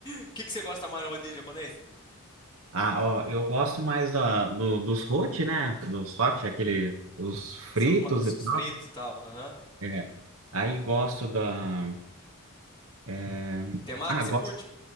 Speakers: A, on the left; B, on the right.
A: O que que você gosta mais no rodízio japonês?
B: Ah, ó, eu gosto mais da, do- dos hot, né? Dos hot, aquele, os fritos
A: São os, ma- os-
B: e tal.
A: os fritos e tal. Aham.
B: É. Aí gosto da. é,
A: Temaki,
B: Ah, gosto
A: você curte?